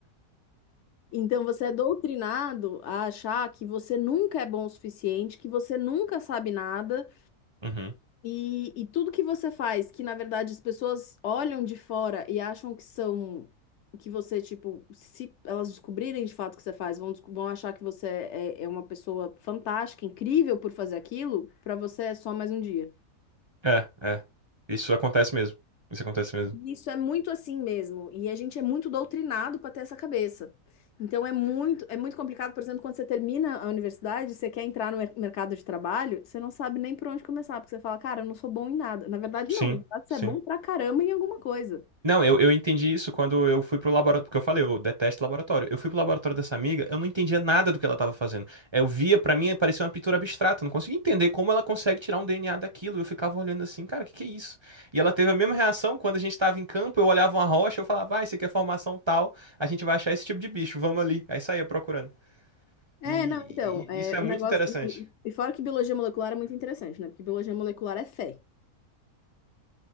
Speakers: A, on the left; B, on the right.
A: Então você é doutrinado a achar que você nunca é bom o suficiente, que você nunca sabe nada
B: Uhum.
A: E, e tudo que você faz, que na verdade as pessoas olham de fora e acham que são, que você, tipo, se elas descobrirem de fato o que você faz, vão, desco- vão achar que você é, é uma pessoa fantástica, incrível por fazer aquilo, pra você é só mais um dia.
B: É, é. Isso acontece mesmo. Isso acontece mesmo.
A: E Isso é muito assim mesmo, e a gente é muito doutrinado para ter essa cabeça. Então é muito, é muito complicado, por exemplo, quando você termina a universidade, você quer entrar no mer- mercado de trabalho, você não sabe nem por onde começar, porque você fala, cara, eu não sou bom em nada. Na verdade,
B: Sim,
A: não, na verdade,
B: sim.
A: você é bom pra caramba em alguma coisa.
B: Não, eu, eu entendi isso quando eu fui pro laboratório, porque eu falei, eu detesto laboratório. Eu fui pro laboratório dessa amiga, eu não entendia nada do que ela tava fazendo. Eu via, pra mim, parecia uma pintura abstrata, eu não conseguia entender como ela consegue tirar um DNA daquilo. Eu ficava olhando assim, cara, o que que é isso? E ela teve a mesma reação quando a gente tava em campo, eu olhava uma rocha, eu falava, ah, isso aqui é formação tal, a gente vai achar esse tipo de bicho, vamos ali. Aí saía procurando.
A: É,
B: E,
A: não, então, é,
B: e- e isso é
A: o
B: muito
A: negócio.
B: interessante.
A: E e fora que biologia molecular é muito interessante, né? Porque biologia molecular é fé.